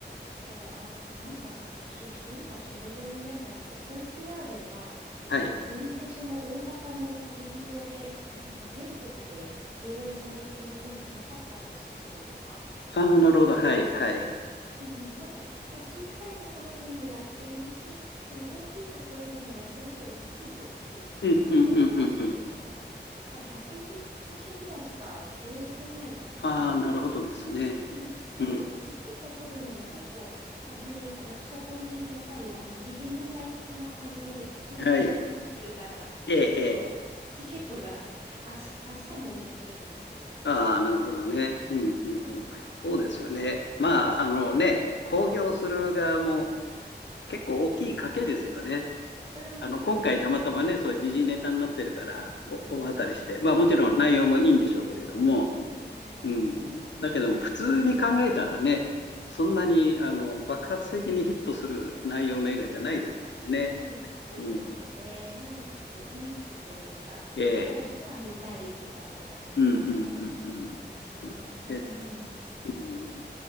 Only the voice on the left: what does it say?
はい。
ああ、なるほど。はい、はい。
うんうんうんうんうん。
ああ、なるほどですね。
うん。
はい。
ええ、ええ。
ああ、なるほどね。
うんうんうん。そうですよね。
まあ、あのね、
公表する側も結構大きい賭けですよね。
あの、今回たまたまね、
そういう時事ネタになってるから、お大当たりして、まあもちろん内容もいいんでしょうけれども、
うん。
だけども、普通に考えたらね、そんなに、あの、爆発的にヒットする内容の映画じゃないですもんね。
うん。
ええ。
うん、うん、うん、
うん。
で、うん